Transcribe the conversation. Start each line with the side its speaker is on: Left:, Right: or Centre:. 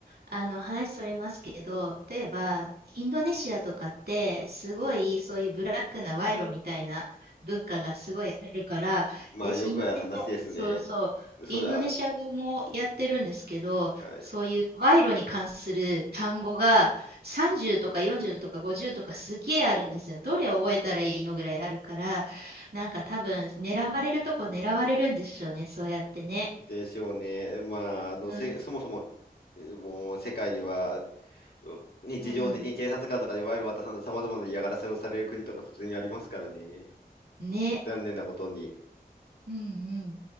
Right: あの、話それますけど、例えば、インドネシアとかって、すごい、そういうブラックな賄賂みたいな文化がすごいあるから、
Left: まあ、
Right: 私、
Left: よくある話ですね。
Right: インドネシア、そうそう、
Left: それは、
Right: インドネシア語もやってるんですけど、
Left: はい。
Right: そういう賄賂に関する単語が30とか40とか50とかすげえあるんですよ。どれ覚えたらいいのぐらいあるから、なんか多分、狙われるとこ狙われるんでしょうね、そうやってね。
Left: でしょうね。まあ、あの、
Right: うん、
Left: せ、そもそも、えもう、世界には、う日常的に警察官とかに賄賂を渡さんと様々な嫌がらせをされる国とか普通にありますからね。
Right: うん、ね、
Left: 残念なことに。
Right: うん、うん。